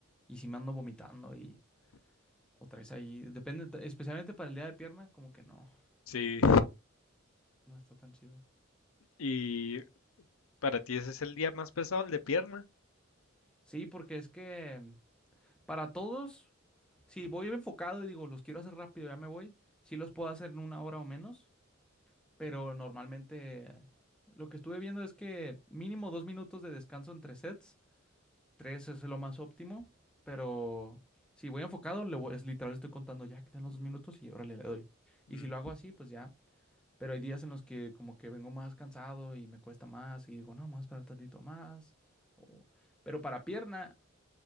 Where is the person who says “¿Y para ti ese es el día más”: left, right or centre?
Left